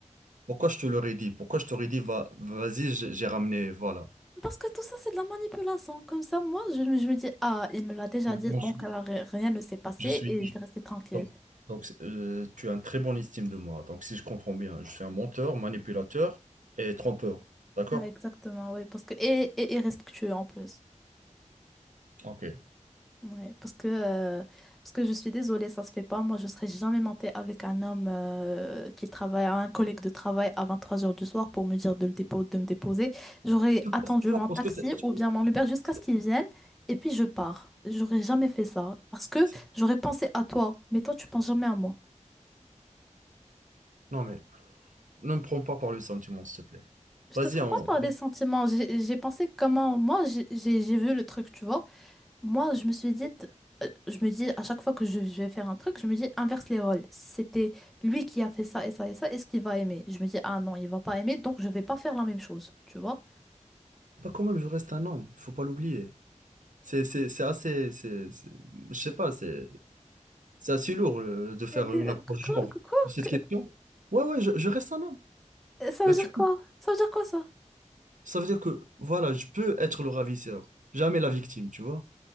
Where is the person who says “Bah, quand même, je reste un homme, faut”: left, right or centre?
Right